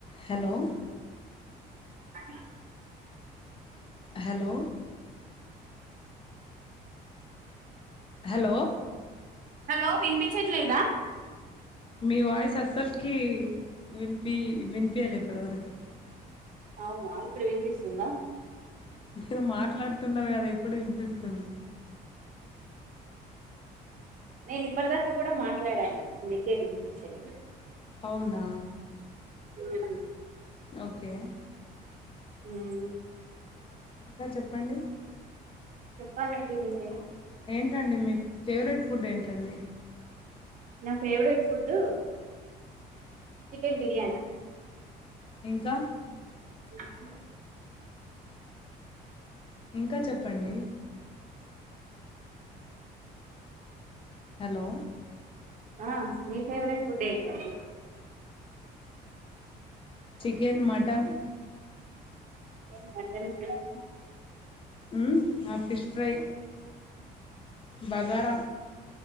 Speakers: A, on the left; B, on the right.
A: Hello
B: అ
A: hello hello
B: hello వినిపించట్లేదా?
A: మీ వాయిస్ అస్సల్కి వినిపి వినిపియలే ఇప్పటివరకు
B: అవునా ఇప్పుడు వినిపిస్తుందా?
A: ఇపుడు మీరు మాట్లాడుతున్నారు కదా ఇప్పుడు వినిపిస్తుంది.
B: నేను ఇప్పటిదాకా కూడా మాట్లాడాను, మీకే వినిపించలేదు.
A: అవునా
B: అ
A: ఓకే
B: ఉమ్
A: ఇంకా చెప్పండి?
B: చెప్పాలండి మీరె
A: ఏంటండి మీ ఫేవరెట్ ఫుడ్ ఏంటండి?
B: నా ఫేవరెట్ ఫుడ్డు, చికెన్ బిర్యానీ.
A: ఇంకా
B: ఉ
A: ఇంకా చెప్పండి? హలో
B: ఆ మీ ఫేవరెట్ ఫుడ్ ఏంటండీ?
A: Chicken, mutton
B: chicken, mutton, fish
A: ఉమ్ నాకు ఫిష్ ఫ్రై, బగారా